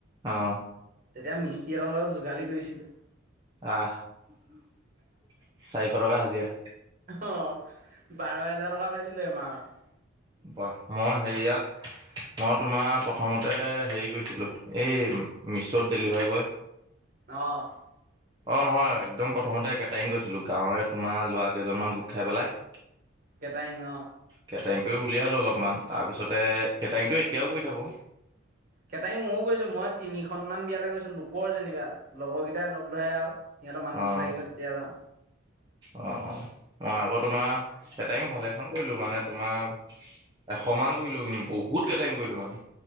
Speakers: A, on the right (about 20°); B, on the right (about 40°).
A: অ
B: তেতিয়া মিস্ত্ৰী এটাৰ লগত যোগালি কৰিছিলোঁ
A: আহ চাৰিশ টকা হাজিয়ৰা
B: অ', বাৰ হেজাৰ টকা পাইছিলো এমাহত।
A: মই হেৰিয়াত, মই তোমাৰ প্ৰথমতে হেৰি কৰিছিলোঁ, এই মি-মিছ'ত ডেলিভাৰী বয়।
B: অ'।
A: অ', নহয়। একদম প্ৰথমতে কেটাৰিং কৰিছিলো। গাঁৱৰে তোমাৰ লৰা কেইজনমান গোট খাই পেলাই।
B: কেটাইং, অ'।
A: কেটাৰিং কৰি উলিয়ালো অলপমান, তাৰপিছতে কেটাৰিংটো এতিয়াও কৰি থাকোঁ।
B: কেটাৰিং ময়ো গৈছো। মই তিনিখন মান বিয়ালৈ গৈছো, লোকৰ যেনিবা লগৰ কেইটাই লগ ধৰে আৰু সিহঁতৰ মানুহ
A: অ',
B: নাথাকিলে তেতিয়া যাওঁ
A: অ', অ'। মই আগত তোমাৰ কেটাৰিং ভালেখন কৰিলো। মানে তোমাৰ এশমান কৰিলো, বহুত কেটাৰিং কৰিলো মানে